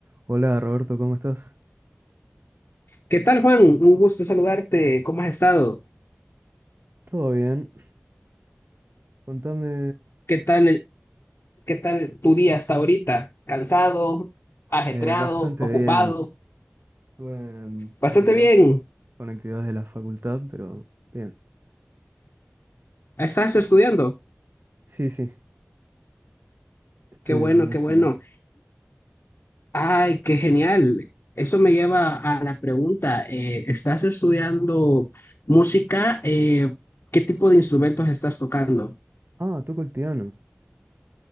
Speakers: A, on the right; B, on the left.
A: Hola Roberto, ¿cómo estás?
B: ¿Qué tal, Juan? Un gusto saludarte. ¿Cómo has estado?
A: ¿Todo bien? Contame
B: ¿Qué tal, el- qué tal tu día hasta ahorita? ¿Cansado, ajetreado,
A: eh, bastante
B: ocupado?
A: bien. Estuve en-
B: Bastante
A: ¿cómo
B: bien.
A: es? Con actividades de la facultad, pero bien.
B: ¿Estás estudiando?
A: Sí, sí, estudio
B: Qué bueno,
A: música.
B: qué bueno. Ay, qué genial. Eso me lleva a la pregunta. eh, ¿estás estudiando música? Eh, ¿qué tipo de instrumentos estás tocando?
A: Ah, toco el piano.